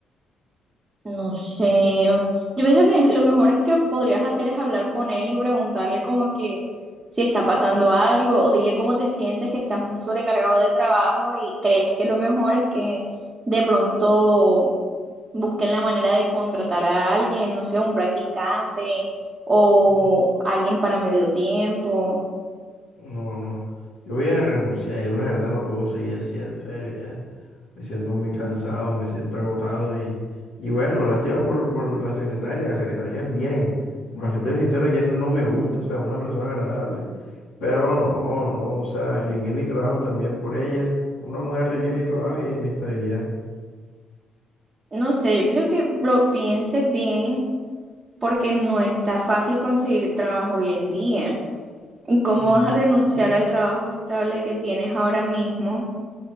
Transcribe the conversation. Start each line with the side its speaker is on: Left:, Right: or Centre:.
Right: No sé. Yo pienso que lo mejor es que podrías hacer es hablar con él y preguntarle como que si está pasando algo o dile cómo te sientes, que estás muy sobrecargado de trabajo y crees que lo mejor es que de pronto busquen la manera de contratar a alguien, no sé, un practicante o
Left: Mm,
Right: alguien para medio tiempo.
Left: No, no. Yo voy a renunciar, yo la verdad no puedo seguir así, en serio, ya. Me siento muy cansado, me siento agotado y, y bueno, lástima por, por la secretaria, la secretaria es bien. Para ser sincero, ayer no no me gusta, o sea, una persona agradable. Pero no, no, o sea, arriesgué mi trabajo también por ella. Una mujer arriesgué mi trabajo y, mi estabilidad.
Right: No sé, yo pienso que lo pienses bien porque no está fácil conseguir trabajo hoy en día. ¿Y cómo
Left: Mm,
Right: vas a renunciar al trabajo estable que tienes ahora mismo